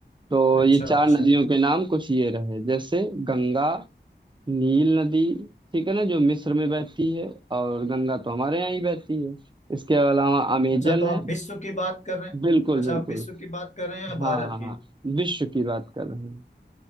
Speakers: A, on the right (about 25°); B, on the left (about 40°).
A: तो
B: अच्छा
A: ये चार
B: अच्छा
A: नदियों के नाम कुछ ये रहे जैसे गंगा नील नदी ठीक है ना जो मिस्र में बहती है और गंगा तो हमारे यहाँ ही बहती है इसके अलावा अमेजन
B: अच्छा तो
A: है
B: आप विश्व की बात कर रहे हैं
A: बिल्कुल
B: अच्छा
A: बिल्कुल
B: आप विश्व की बात कर रहे हैं या
A: हाँ
B: भारत
A: हाँ
B: की
A: हाँ, विश्व की बात कर रहे हैं